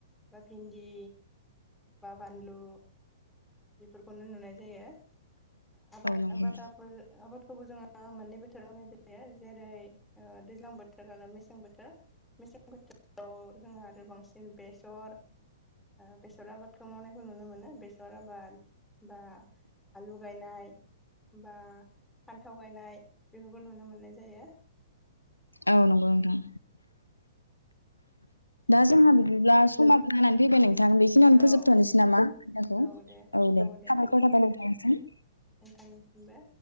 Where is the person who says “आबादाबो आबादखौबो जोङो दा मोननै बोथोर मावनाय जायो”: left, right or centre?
Centre